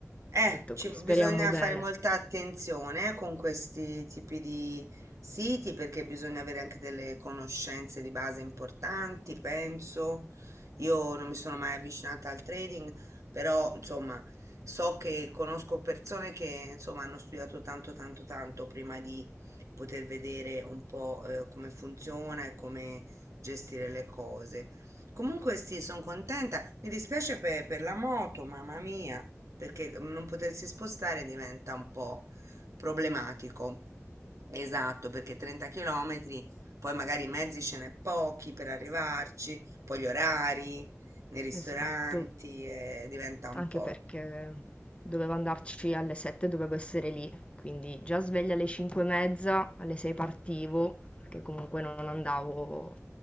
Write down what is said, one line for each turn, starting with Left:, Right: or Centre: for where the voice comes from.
Right: Eh,
Left: tutto
Right: ci
Left: qui,
Right: v-
Left: speriamo
Right: bisogna
Left: bene.
Right: fare molta attenzione eh, con questi tipi di siti perché bisogna avere anche delle conoscenze di base importanti, penso. Io non mi sono mai avvicinata al trading, però insomma so che conosco persone che insomma hanno studiato tanto tanto tanto prima di poter vedere un po' eh, come funziona e come gestire le cose. Comunque sì, sono contenta. Mi dispiace per, per la moto, mamma mia, perché mhmm, non potersi spostare diventa un po' problematico. Esatto, perché 30 km, poi magari i mezzi ce n'è pochi per arrivarci, poi gli orari nei ristoranti,
Left: Esatto.
Right: eh, diventa un
Left: Anche
Right: po'...
Left: perché dovevo andarci alle 7, dovevo essere lì, quindi già sveglia alle 5 e mezza, alle 6 partivo, perché comunque non andavo